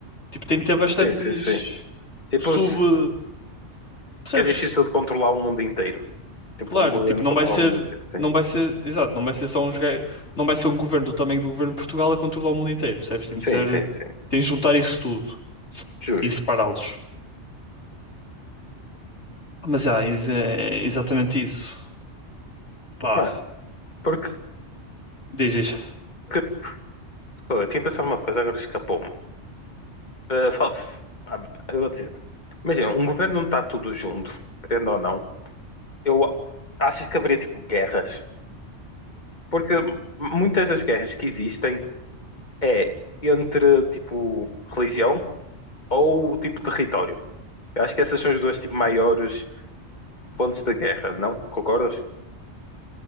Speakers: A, on the left; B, on the left.
A: Tipo, tem que ter bastantes
B: Sim, sim, sim. Tipo,
A: sub...
B: s- porque
A: Percebes?
B: é difícil de controlar o mundo inteiro. Tipo,
A: Claro,
B: um governo
A: tipo, não
B: controlar
A: vai ser...
B: o mundo inteiro, sim.
A: Não vai ser, exato, não vai ser só uns gai- não vai ser um governo do tamanho do governo de Portugal a controlar o mundo inteiro, percebes? Tem
B: Sim,
A: de ser,
B: sim, sim.
A: tem de juntar isso tudo
B: Justo.
A: e separá-los. Mas já, ex- é é exatamente isso. Pá,
B: Mano, porque
A: dizes
B: que- pô, eu tinha pensado uma coisa, agora escapou-me. Ah, fal- ah, mano, eu vou te dizer. Imagina, um governo não está tudo junto, querendo ou não. Eu acho que haveria tipo guerras Porque muitas das guerras que existem é entre, tipo, religião ou, tipo, território. Eu acho que essas são os dois, tipo, maiores pontos de guerra, não? Concordas?